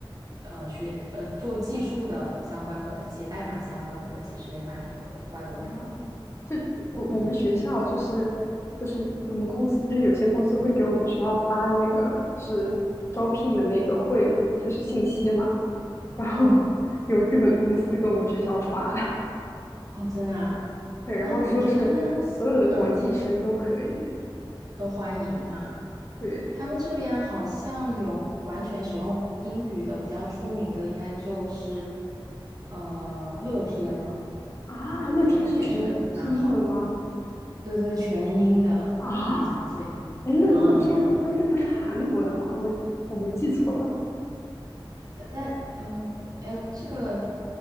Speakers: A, on the right; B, on the left.
A: 呃学呃做技术的相关的、写代码相关的人，其实也蛮多的。外国人的话，
B: 啊，就我我们学校就是就是我们公司就是有些公司会给我们学校发那个就是招聘的那个会就是信息嘛，
A: 嗯
B: 然后
A: 嗯，
B: 有日本公司跟我们学校发，<laughs>
A: 哦，真的啊，
B: 对，然后说是所有的国际生都可以，
A: 那我觉得他们嗯都欢迎哈。
B: 对
A: 他们这边好像有完全使用英语的，比较出名的应该就是呃乐天了。
B: 啊，乐天是全是英文吗？
A: 就也是蛮好的。对对，全音的可以尝试一下。
B: 啊，哎，乐乐天乐天不是韩国的吗？
A: 嗯嗯
B: 我我没记错吧？
A: 但但呃，哎，这个